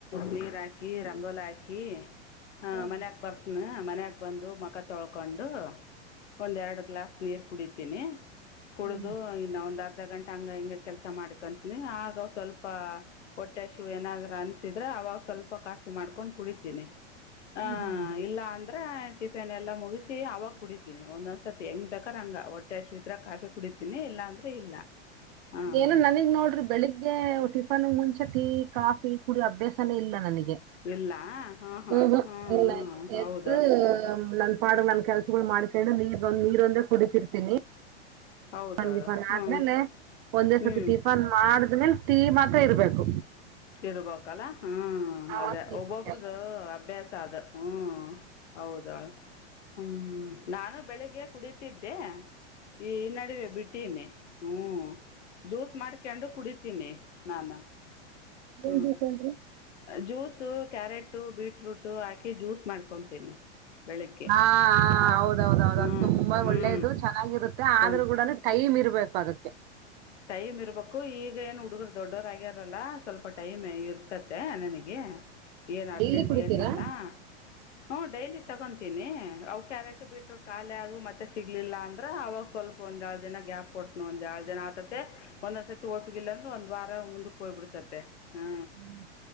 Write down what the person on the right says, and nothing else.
ಹ್ಮ್
ಹ್ಮ್
ಹ್ಮ್ ಹ್ಮ್
ಏನ ನನಗ್ ನೋಡ್ರಿ ಬೆಳಿಗ್ಗೆ ಟಿಫನ್ ಮುಂಚ. ತಿ ಕಾಫಿ ಕುಡಿಯೋ ಅಭ್ಯಾಸನೇ ಇಲ್ಲ ನನಗೆ.
ಹ್ಮ ಹ
ಇಲ್ಲ ಇಲ್ಲ
ಎದ್ದು ನನ್ ಪಾಡು ನನ್ ಕೆಲ್ಸಗಳು ಮಾಡಿ. ನೀರೊಂದ ನಿರುಂದ ಕುಡಿತಿರ್ತೀನಿ.
ಟಿಫನ್ ಜಿಫಾನ್
ಆದ್ಮೇಲೆ ಒಂದೇ
ಸರ್ತಿ ಟಿಫನ್ ಮಾಡಿದ್ಮೇಲೆ ಟೀ ಮಾತ್ರ ಇರ್ಬೇಕು.
ಆವಾಗ
ಟೀ
ಕುಡಿಯಲ್ಲ
ಏನ್ ಜ್ಯೂಸ್ ಹೇಳ್ರಿ?
ಹಾ ಹೌದೌದೌದ
ಅದು ತುಂಬಾ
ಒಳ್ಳೇದು ಚೆನ್ನಾಗಿರುತ್ತೆ ಆದ್ರೂ
ಕೂಡ ಟೈಮ್ ಇರ್ಬೇಕು. ಬೇಕಾಗುತ್ತೆ.
ಡೈಲಿ ಕುಡಿತೀರಾ
ಹ್ಮ್